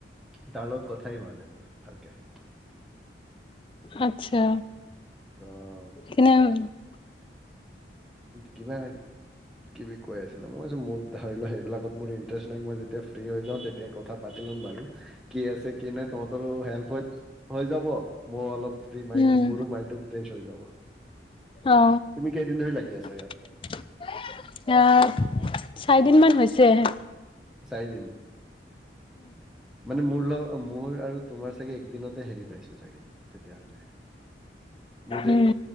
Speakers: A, in the centre; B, on the left.
A: তাৰ লগত কথাই হোৱা নাই মোৰ ভালকে।
B: আতছা।
A: অহ'।
B: <inaudible>
A: কিবা কিবি কৈ আছিলে, মই কৈছো, মোৰ ধৰি লোৱা সেইবিলাকত মোৰ ইণ্টাৰেষ্ট নাই মই যেতিয়া ফ্ৰী হৈ যাওঁ তে তেতিয়া কথা পাতি লম বাৰু, কি আছে কি নাই তহঁতৰো হেল্প হয় হৈ যাব, মই অলপ ফ্ৰি মাইণ্ড
B: উম
A: মোৰো মাইণ্ডটো ফ্ৰেশ হৈ যাব।
B: অ।
A: তুমি কেইদিন ধৰি লাগি আছা
B: আহ
A: ইয়াত
B: চাৰিদিন মান হৈছেহে।
A: চাৰিদিন? মানে মোৰ লগ মোৰ আৰু তোমাৰ চাগে একদিনতে হেৰি পাইছো চাগে তেতিয়াহ'লে মোৰ যে
B: উম